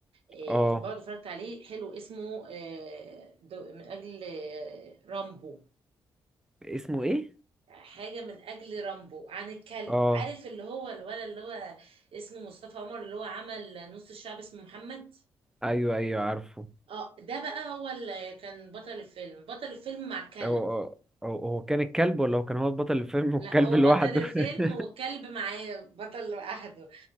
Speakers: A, on the right; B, in the centre.
A: آه،
B: اه
A: برضه اتفرجت عليه حلو اسمه آه، دو- من اجل آه، رامبو
B: اسمه ايه
A: حاجة من أجل رامبو عن الكلب
B: اه
A: عارف اللي هو الولد اللي هو اسمه مصطفى عمر اللي هو عمل نص الشعب اسمه محمد
B: ايوه ايوه عارفه
A: اه ده بقى هو اللي كان بطل الفيلم بطل الفيلم مع كلب
B: هو هو هو- هو كان الكلب ولا هو كان هو البطل الفيلم والكلب
A: لا هو
B: لوحده
A: بطل الفيلم
B: <laughs>
A: والكلب معاه بطل لوحده